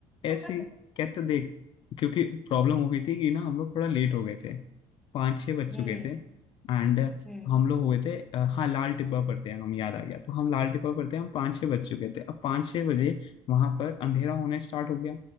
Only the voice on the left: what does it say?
ऐसी
कहते देख क्योंकि प्रॉब्लम हो गई थी कि ना हम लोग थोड़ा लेट हो गए थे पाँच छः बज
चुके थे एंड
हम लोग हुए थे अ, हाँ लाल टिब्बा पर थे हम याद आ गया तो हम लाल टिब्बा पर थे हम पाँच छः बज चुके थे अब पाँच छः बजे वहां पर अंधेरा होने स्टार्ट हो गया